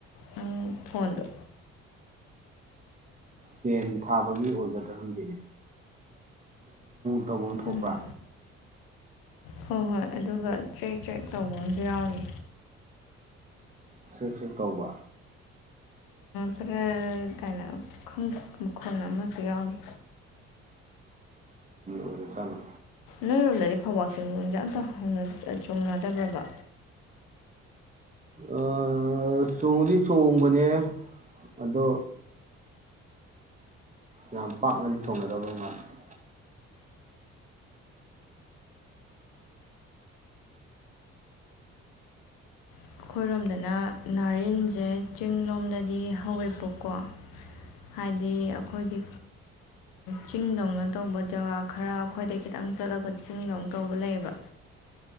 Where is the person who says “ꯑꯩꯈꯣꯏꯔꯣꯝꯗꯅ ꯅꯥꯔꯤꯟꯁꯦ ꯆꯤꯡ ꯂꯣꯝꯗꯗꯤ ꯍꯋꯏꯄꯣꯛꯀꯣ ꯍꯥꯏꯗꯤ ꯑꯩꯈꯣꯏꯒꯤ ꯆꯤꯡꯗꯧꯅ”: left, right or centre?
Left